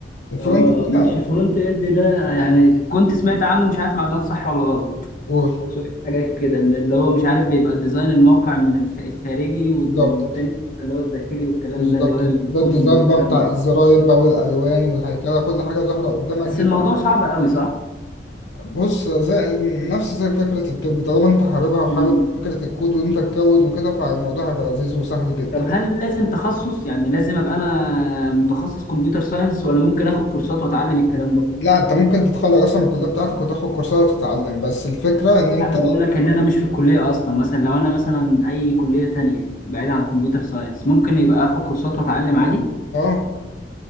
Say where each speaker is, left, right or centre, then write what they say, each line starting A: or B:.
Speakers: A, on the left (about 75°); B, on the left (about 50°).
A: الفرونت
B: اه
A: ده
B: مش فرونت اند ده يعني كنت سمعت عنه مش عارف معلومات صح ولا غلط
A: أوه،
B: شفت حاجات كده إن اللي هو مش عارف بيبقى ديزاين الموقع من الخ- الخارجي والتاني
A: بالظبط
B: بيبقى اللي هو الداخلي والكلام
A: بالظبط
B: ده اللي هو الكودينج
A: ده الديزاين
B: والكلام
A: بقى بتاع
B: ده
A: الزراير بقى والالوان والهيكله كل حاجه ظاهره قدامك
B: بس
A: دي
B: الموضوع
A: تحفة.
B: صعب قوي صح؟
A: بص زي نفس زي فكره التوب طالما انت حاببها وحابب
B: مم.
A: فكره الكود وانت تكود وكده فالموضوع هيبقى لذيذ وسهل جدا
B: طب هل لازم تخصص يعني لازم ابقى انا متخصص كمبيوتر ساينس ولا ممكن اخد كورسات واتعلم الكلام ده؟
A: لا انت ممكن تتخرج اصلا من الكليه بتاعتك وتاخد كورسات وتتعلم بس الفكره ان انت
B: لا بيقول لك ان انا مش في الكليه اصلا مثلا لو انا مثلا اي كليه تانية بعيد عن كمبيوتر ساينس ممكن يبقى اخد كورسات واتعلم عادي؟
A: اه